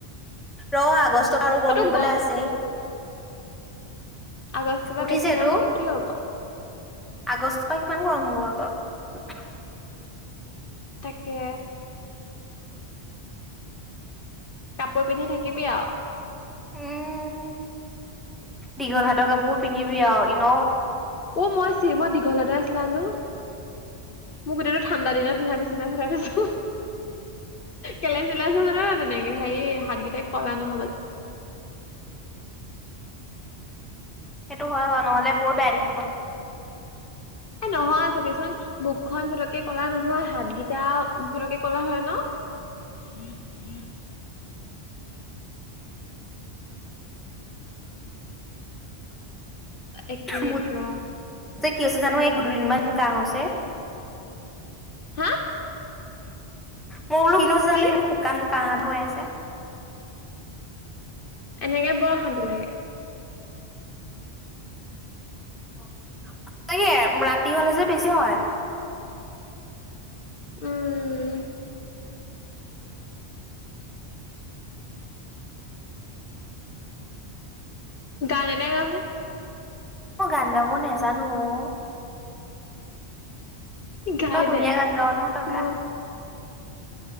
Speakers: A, in the centre; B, on the left.
A: ৰ' আগষ্ট পৰা আৰু
B: অ
A: গৰম
B: তোৰ
A: হবলৈ আছে।
B: আগষ্ট পৰা
A: উঠিছেতো।
B: বেছি গৰম হব কি হ'ব?
A: আগষ্টৰ পৰা কিমান গৰম হ'ব আকৌ?
B: তাকে। কাপোৰ পিন্ধি থাকিবি আৰু।
A: উম, দীঘল হাতৰ কাপোৰ পিন্ধিবি আৰু ইনেই।
B: ও, মই চ মই দীঘলাতে আছিলোল মোৰ গোটেই ঠাণ্ডা দিনত পিন্ধা নিচিনা খুৰাতছো কেলাই চিলাইছো জান তেনেকে সেৰি হাতগেইটাই কলা নহল।
A: সেইটো হয় নহলে বৰ বেয়া দেখিব।
B: এ নহয় চাবিচোন মুখখন ফটকে কলা নহয় হাতগিটা ফটকে কলা হয় ন। <inaudible>
A: হয়,
B: একো নেত্ৰ
A: মোৰ যে কি আছে জানো এই দুদিনমান কাহ হৈছে
B: হা
A: মই বোলো কিনো জানো
B: কি
A: ইমান শুকান কাহ হৈ আছে।
B: এনেকে বৰশান্তি লাগে।
A: হঁচাকে ৰাতি হ'লে যে বেছি হয়।
B: উম, গান এটাই গা হু।
A: মই গান গাব নেজানো অ,
B: গাই
A: তই ধুনীয়া
B: দে
A: গান গাৱ নহয় তই
B: শুনো।
A: গা